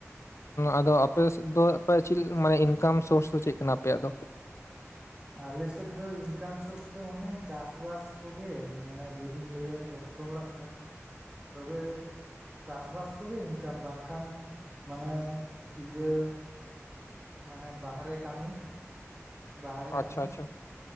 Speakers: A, on the left; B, on the right.
A: ᱟᱫᱚ ᱟᱯᱮ ᱥᱮᱫ ᱫᱚ ᱟᱯᱮᱭᱟᱜ ᱪᱮᱫ ᱢᱟᱱᱮ ᱤᱱᱠᱟᱢ ᱥᱳᱨᱥ ᱫᱚ ᱪᱮᱫ ᱠᱟᱱᱟ ᱟᱯᱮᱭᱟᱜ ᱫᱚ?
B: ᱟᱞᱮᱥᱮᱫ ᱫᱚ ᱤᱱᱠᱟᱢ ᱥᱳᱨᱥ ᱫᱚ ᱚᱱᱮ ᱪᱟᱥᱵᱟᱥ ᱠᱚ ᱜᱮ ᱢᱟᱱᱮ ᱡᱩᱫᱤᱧ ᱞᱟᱹᱭᱟ ᱡᱚᱛ ᱡᱚᱛᱚ ᱦᱚᱲᱟᱜ ᱠᱟᱛᱷᱟ,
A: <inaudible>
B: ᱛᱚᱵᱮ ᱪᱟᱥ ᱵᱟᱥ ᱠᱚ ᱜᱮ ᱤᱱᱠᱟᱢ ᱵᱟᱝᱠᱷᱟᱱ ᱢᱟᱱᱮ ᱤᱭᱟᱹ ᱢᱟᱱᱮ ᱵᱟᱨᱦᱮ ᱠᱟᱹᱢᱤ ᱵᱟᱦᱨᱮ
A: ᱟᱪᱪᱷᱟ
B: ᱠᱟᱹᱢᱤ,
A: ᱟᱪᱪᱷᱟ